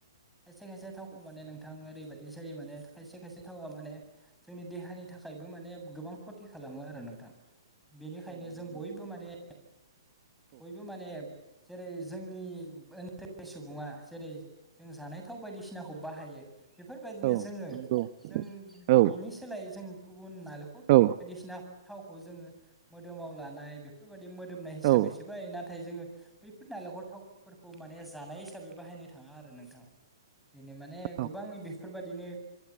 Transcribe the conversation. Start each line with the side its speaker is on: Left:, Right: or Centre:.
Centre: खायसे खायसे थावखौ
Right: औ
Centre: माने नोंथां ओरैबाद दि जायो माने खायसे खायसे थावा माने जोंनि देहानि थाखायबो माने गोबां खथि खालामो आरो नोंथां। बेनिखायनो
Right: औ नंगौ
Centre: जों बयब
Right: नोंथां
Centre: फो माने
Right: औ
Centre: बयबो माने जेरै जोंनि ओन थोनि सुबुङा
Right: औ
Centre: जेरै जों जानाय थाव बायदिसिनाखौ बाहायो। बेफोरबायदिनो
Right: औ।
Centre: जोङो
Right: औ नंगौ
Centre: जों
Right: औ
Centre: बेनि सोलायै जों गुबुन नालेखर थाव
Right: औ
Centre: बायदिसिना थावखौ जोङो मोदोमाव लानाय बे फोरबादि। दि मोदोमनाय हिसाबैसो
Right: औ
Centre: बाहायो ना थाय जोङो बैफोर नालेंखर थावफोरखौ माने जानाय हिसाबै बाहायनो थाङा आरो नोंथां। बेनो माने
Right: औ
Centre: गोबां इदि फोरबादिनो